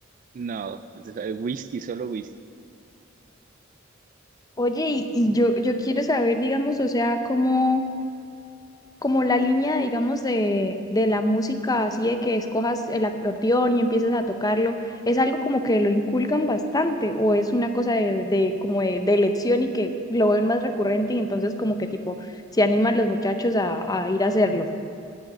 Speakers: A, on the right (about 40°); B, on the left (about 20°).
A: no, es- es whisky, solo whisky.
B: Oye, y, y yo, yo quiero saber, digamos, o sea, cómo como la línea, digamos, de, de la música, así de que escojas el acordeón y empieces a tocarlo, ¿es algo como que lo inculcan bastante o es una cosa de, de como de, de elección y que lo ven más recurrente y entonces como que tipo se animan los muchachos a, a ir a hacerlo?